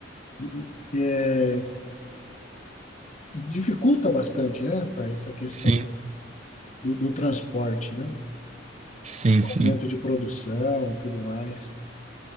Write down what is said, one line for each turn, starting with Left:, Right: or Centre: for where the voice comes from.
Left: e- e dificulta bastante, né, rapaz, essa questão
Right: Sim,
Left: do, do transporte, né?
Right: sim,
Left: Aumento
Right: sim.
Left: de produção e tudo mais.